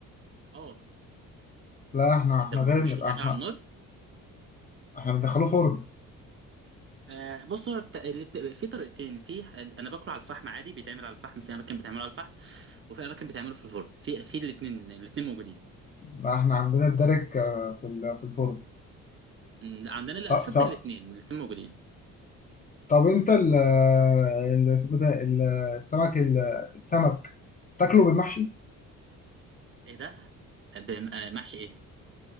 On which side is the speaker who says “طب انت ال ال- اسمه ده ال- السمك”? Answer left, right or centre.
Left